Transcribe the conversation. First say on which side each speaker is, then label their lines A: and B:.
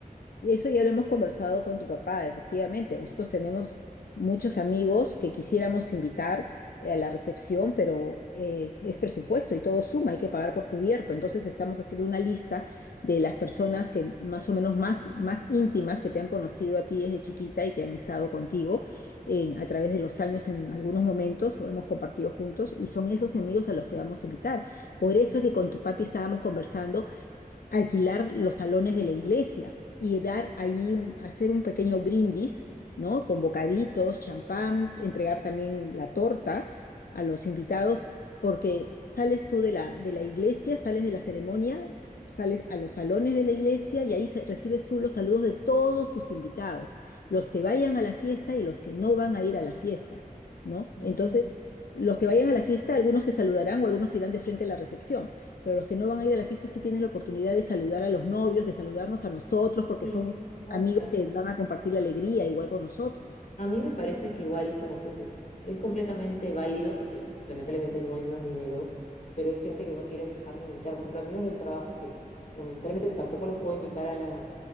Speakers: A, on the left; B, on the left.
A: Y eso ya lo hemos conversado con tu papá, efectivamente. Nosotros tenemos muchos amigos que quisiéramos invitar eh, a la recepción, pero eh, es presupuesto y todo suma, hay que pagar por cubierto. Entonces estamos haciendo una lista de las personas que más o menos más, más íntimas que te han conocido a ti desde chiquita y que han estado contigo eh, a través de los años en algunos momentos, o hemos compartido juntos, y son esos amigos a los que vamos a invitar. Por eso es que con tu papi estábamos conversando alquilar los salones de la iglesia y dar ahí un- hacer un pequeño brindis, ¿no? Con bocaditos, champán, entregar también la torta a los invitados, porque sales tú de la, de la iglesia, sales de la ceremonia, sales a los salones de la iglesia y ahí se- recibes tú los saludos de todos tus invitados, los que vayan a la fiesta y los que no van a ir a la fiesta, ¿no?
B: Ujú,
A: Entonces, los
B: claro.
A: que vayan a la fiesta, algunos te saludarán o algunos irán de frente a la recepción pero los que no van a ir a la fiesta sí tienen la oportunidad de saludar a los novios, de saludarnos a nosotros, porque
B: Y
A: son
B: por
A: amigos
B: también.
A: que van a compartir la alegría igual con nosotros.
B: A mí me parece que igual, como tú dices, es completamente válido porque lamentablemente no hay más dinero, pero es gente que no quieres dejar de invitar. Por ejemplo, amigos del trabajo que lamentablemente tampoco los puedo invitar a la,